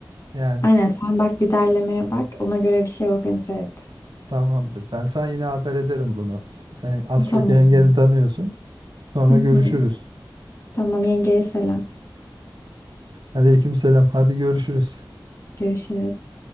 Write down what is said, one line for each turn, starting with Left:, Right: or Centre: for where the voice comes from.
Right: Yani
Left: Aynen sen bak bir derlemeye bak, ona göre bir şey organize et.
Right: tamamdır. Ben sana yine haber ederim bunu. Sen az
Left: Tamam
Right: çok yengeni
Left: canım.
Right: tanıyorsun. Sonra
Left: Hı
Right: görüşürüz.
Left: hı. Tamam yengeye selam.
Right: Aleykümselam. Hadi görüşürüz.
Left: Görüşürüz.